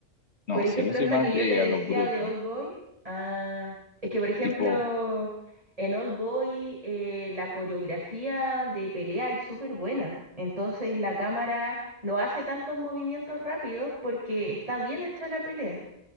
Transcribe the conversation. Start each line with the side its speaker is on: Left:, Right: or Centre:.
Left: No
Right: Por ejemplo,
Left: sé, yo soy
Right: esta
Left: más
Right: que
Left: de
Right: yo te decía
Left: a lo bruto.
Right: de Old Boy, ah, es que por ejemplo,
Left: Tipo,
Right: en Old Boy eh, la coreografía de pelea es súper buena. Entonces la cámara no hace tantos movimientos rápidos porque está bien hecha la pelea.